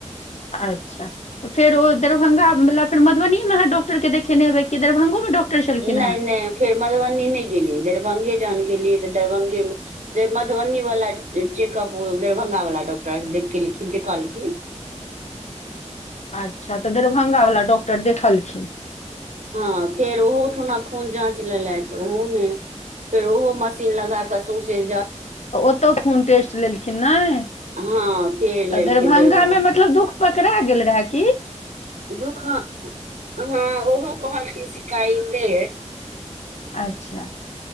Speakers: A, on the left; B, on the right.
A: अच्छा फेर ओ दरभंगा मतलब फिर मधबनीमे अहाँ डाक्टर के देखेने हेवय कि दरभंगोमे डॉक्टर छलखिन
B: नहि
A: हेँ
B: नहि फेर मधुबनी नहि गेलियै दरभंगा जान गेलियै दरभंगे मे जे मधुबनी वाला जे चेकअप उ दरभंगा वला डॉक्टर देख लेलखिन्ह कहल खिन
A: अच्छा तऽ दरभंगा वला डॉक्टर देखलखिन
B: हँ फेर ओहो उठूना खून जांच लेल त ओहो मे फेर ओहो मशीन लगाक सौंसे
A: तऽ ओतौ खून टेस्ट लेलखिन नहि
B: हँ फेर
A: तऽ
B: लेलखिन
A: दरभंगामे
B: दरभंगा
A: मतलब दुःख पकड़ा गेल रहै की
B: दुख हँ ओहो कहलखिन शिकायते
A: अच्छा